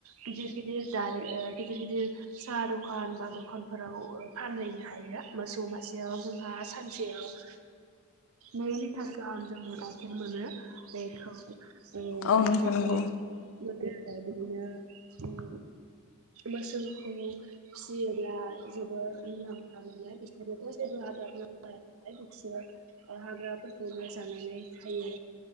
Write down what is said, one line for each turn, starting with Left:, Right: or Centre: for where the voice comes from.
Right: गिदिर गिदिर जार गिदिर गिदिर साहा दखान बा दखानफोराव फानहैनो हायो मोसौ मासेयाव जोंहा सानसेयाव नै लिटारखौ आं जोंनो गाइखेर मोनो बेखौ
Left: औ
Right: गायखेरखौ
Left: नोंथां नंगौ
Right: मोनो बिदिनो मोसौखौ फिसियोब्ला जोबोर मुलाम्फा मोनो बिसोरनोथ' जेबो आ दार नांलाया बिसोरो हाग्राफोरखौनो जानानै थायो